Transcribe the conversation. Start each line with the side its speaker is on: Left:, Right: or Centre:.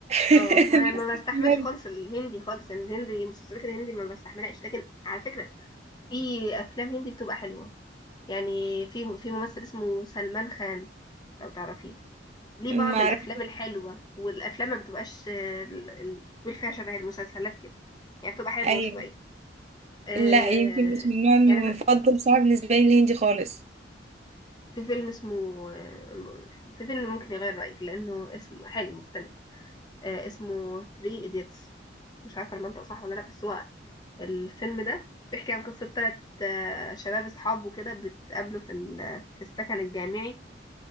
Right: <laughs>
Left: اه ما ما
Right: نفس
Left: بستحملش
Right: السيناريو
Left: خالص الهندي خالص يعني الهندي المسلسلات الهندي ما بستحملهاش لكن على فكرة في افلام هندي بتبقى حلوة يعني في في ممثل اسمه سلمان خان لو تعرفيه ليه
Right: ما
Left: بعض الافلام
Right: اعرف
Left: الحلوة والافلام ما بتبقاش آه، ال- ال- بيقول فيها شبه المسلسلات كده يعني بتبقى حلوة
Right: ايوه
Left: شوية آه،
Right: لا يمكن مش من النوع
Left: يعني ف-
Right: المفضل بصراحة بالنسبة لي الهندي خالص
Left: في فيلم اسمه آه، في فيلم ممكن يغير رأيك لأنه اسمه حلو مختلف آه، اسمه 3 idiots مش عارفة المنطق صح ولا لأ بس هو الفيلم ده بيحكي عن قصة تلات آه، شباب أصحاب وكده بتقابلوا في ال- في السكن الجامعي